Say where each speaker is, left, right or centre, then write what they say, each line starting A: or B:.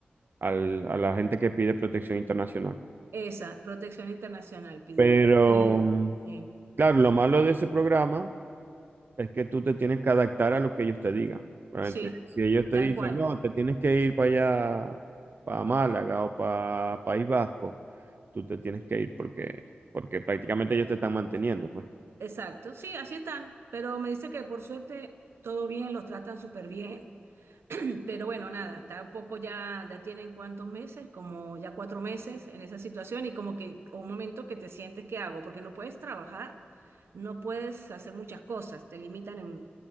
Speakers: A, on the right (about 55°); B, on the right (about 85°).
A: al- a la gente que pide protección internacional.
B: Esa, protección internacional pidió.
A: Pero,
B: Y
A: mm,
B: eh,
A: claro, lo malo de ese programa es que tú te tienes que adaptar a lo que ellos te digan. Realmente,
B: sí,
A: si ellos te
B: tal
A: dicen,
B: cual,
A: no, te tienes que ir para allá, para Málaga o para País Vasco, tú te tienes que ir porque, porque prácticamente ellos te están manteniendo, pues.
B: exacto, sí, así están, pero me dice que por suerte todo bien, los tratan súper bien. <clears throat> Pero bueno, nada, está un poco ya, ya tienen cuántos meses, como ya cuatro meses en esa situación y como que un momento que te sientes, ¿qué hago? Porque no puedes trabajar, no puedes hacer muchas cosas, te limitan en,